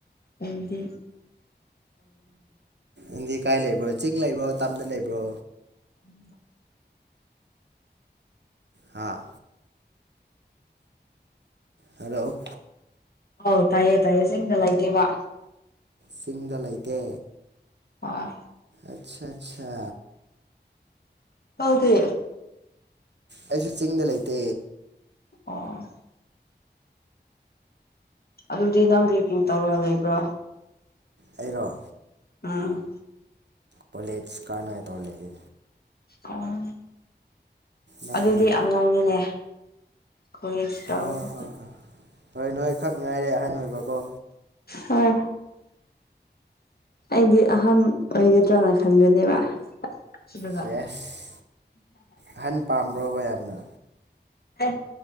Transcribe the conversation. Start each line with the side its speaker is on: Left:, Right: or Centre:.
Left: ꯑꯩꯗꯤ
Right: ꯎꯗꯤ ꯀꯥꯏ ꯂꯩꯕ꯭ꯔꯣ ꯆꯤꯡ ꯂꯩꯕ꯭ꯔꯣ ꯇꯝꯅ ꯂꯩꯕ꯭ꯔꯣ
Left: ꯎꯝ
Right: ꯍꯥꯥ ꯍꯜꯂꯣ
Left: ꯑꯣ ꯇꯌꯦꯦ ꯇꯥꯏꯌꯦ ꯆꯤꯡꯗ ꯂꯩꯇ°ꯕ
Right: ꯆꯤꯡꯗ ꯂꯩꯇꯦ
Left: ꯍꯣꯏ
Right: ꯑꯆꯥ ꯑꯆꯥ
Left: ꯍꯗ
Right: ꯑꯩꯁꯨ ꯆꯤꯡꯗ ꯂꯩꯇꯦ
Left: ꯑꯣ ꯑꯗꯨꯗꯤ ꯅꯪ ꯀ ꯇꯧꯔꯒ ꯂꯩꯕ꯭ꯔꯣ
Right: ꯑꯩꯔꯣ
Left: ꯎꯝ
Right: ꯀꯣꯂꯦꯖ ꯀꯥꯟꯅ ꯇꯧ ꯂꯩꯒꯦ
Left: ꯑꯣ
Right: ꯅꯪꯗꯤ
Left: ꯑꯗꯨꯗꯤ ꯑꯉꯥꯡꯅꯤꯅꯦ ꯀꯣꯂꯦꯖ ꯀꯥꯕꯗꯤ
Right: ꯍꯣꯏꯣꯏ ꯍꯣꯏ ꯍꯣꯏ ꯍꯣꯏ ꯅꯣꯏ ꯈꯛ ꯉꯥꯏꯔꯦ ꯑꯍꯥꯟ ꯑꯣꯏꯕꯀꯣ
Left: ꯍꯣꯏ ꯑꯩꯗꯤ ꯑꯍꯟ ꯑꯣꯏꯒꯗ꯭ꯔꯅ ꯈꯟꯕꯅꯦꯕ ꯑꯗꯨꯒ
Right: ꯆꯦꯁ ꯑꯍꯟ ꯄꯥꯝꯕ꯭ꯔꯣꯕ ꯌꯥꯝꯅ
Left: ꯑ